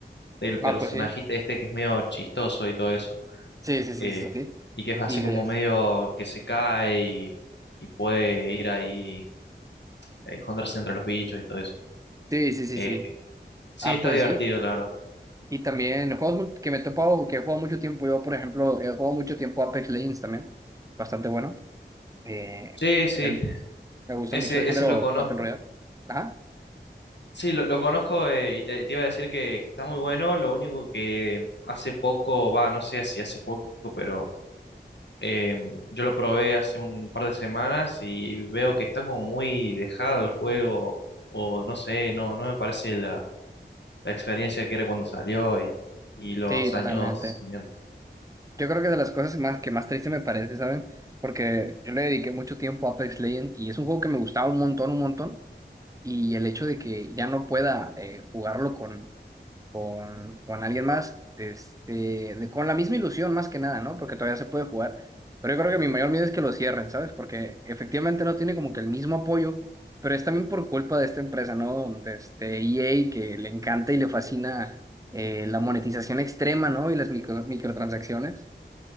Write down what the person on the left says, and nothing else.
del
personajito
este que es medio chistoso y todo eso.
eh,
y que es así
como
medio que se cae y, y puede ir ahí a esconderse entre los bichos y todo eso.
Eh,
sí,
está
divertido,
la verdad.
Sí, sí,
ese,
ese lo conozco.
Sí, lo, lo conozco eh, y te, te iba a decir que, que está muy bueno. Lo único que hace poco, va, no sé si hace poco, pero. Eh, yo lo probé hace un par de semanas y veo que está como muy dejado el juego, o no sé, no, no me parece la, la experiencia que era cuando salió y, y los
años siguientes.